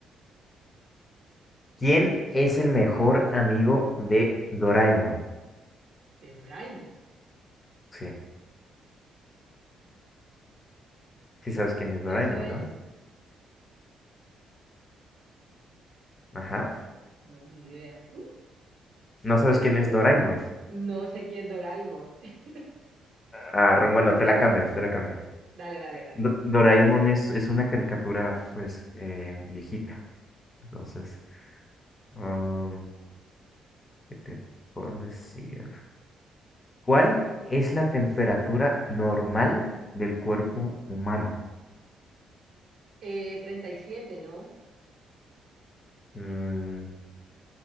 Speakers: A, on the left (about 30°); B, on the right (about 65°).
A: ¿quién es el mejor amigo de Doraemon?
B: De Doraemon.
A: Sí. Sí sabes quién es Doraemon,
B: Eso es.
A: ¿no? Ajá.
B: No, ni idea. <laughs> Mm,
A: No sabes
B: eh,
A: quién es Doraemon.
B: No sé quién es Doraemon. <laughs>
A: Ah, re- bueno, te la cambio, te la cambio.
B: Dale, dale, dale.
A: Do- Doraemon es, es una caricatura, pues, eh, viejita. Entonces, um, ¿qué te puedo decir? ¿Cuál es la temperatura normal del cuerpo humano?
B: Eh, treinta y siete ¿no?
A: Mm,